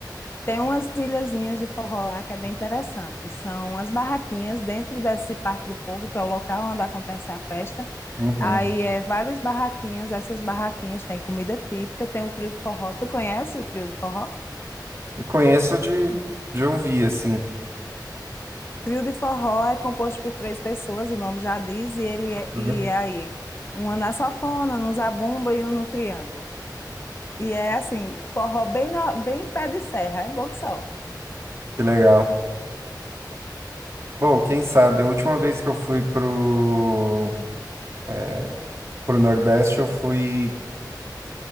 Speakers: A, on the left (about 30°); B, on the right (about 40°).
A: Tem umas ilhazinhas de forró lá que é bem interessante. São as barraquinhas dentro desse Parque do Povo, que é o local onde acontece a festa.
B: Uhum.
A: Aí é várias barraquinhas, essas barraquinhas têm comida típica, tem o trio de forró. Tu conhece o trio de forró?
B: E conheço de, de ouvir, assim.
A: Trio de forró é composto por três pessoas, o nome já diz, e ele é,
B: Uhum.
A: e é aí uma na sanfona, um zabumba e um no triângulo. E é assim, forró bem, na- bem pé de serra, é bom que só.
B: Que legal. Bom, quem sabe, a última vez que eu fui pro, é, pro Nordeste, eu fui,